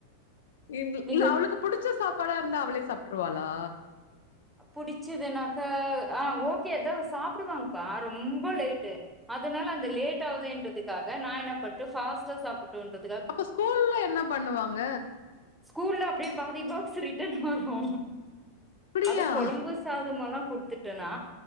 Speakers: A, on the left; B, in the centre.
A: இம்
B: நீங்க
A: அவளுக்குப் புடிச்ச சாப்பாடா இருந்தா அவளே சாப்ட்ருவாளா
B: புடிச்சதுனாக்க ஆ ஓகே அத சாப்வாங்கப்பா ரொம்ப லேட்டு் அதனால அந்த லேட் ஆகுதேன்றதுக்காக நா எனப்பட்டு பாஸ்டா சாப்ட்டுன்ற
A: அப்ப ஸ்கூல்ல என்ன பண்ணுவாங்க
B: ஸ்கூல்ல அப்படியே பாதி பாக்ஸ் ரிட்டர்ன் வரு
A: அப்டியா
B: அது கொழம்பு சாதம்மால்லா குடுத்துட்டேனா